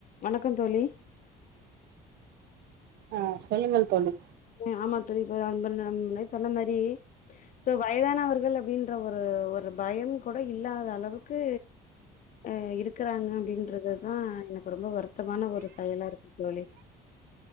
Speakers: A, on the left; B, on the right.
A: வணக்கம் தோழி
B: ஆ சொல்லுங்கள் தோழி
A: அ ஆமா தோழி <unintelligible> சொன்ன மாறி சோ வயதானவர்கள் அப்படின்ற ஒரு ஒரு பயம் கூட இல்லாத அளவுக்கு அ இருக்கறாங்க அப்படின்றது தா எனக்கு ரொம்ப வருத்தமான ஒரு செயலா இருக்கு தோழி